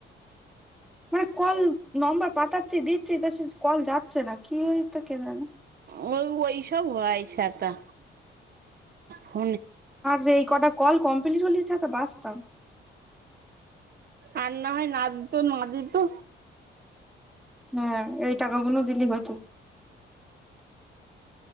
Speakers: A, in the centre; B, on the right.
A: م کل نمبر پاتاچ دچ تو کل جا سےا کی ہوتا کہ جانا
B: وہ وہی سب ہے س تو ف
A: یہ کٹ کال کمپلیٹ ہو تھ بچتاام
B: آنا ہے ند تو مد تو
A: <unintelligible>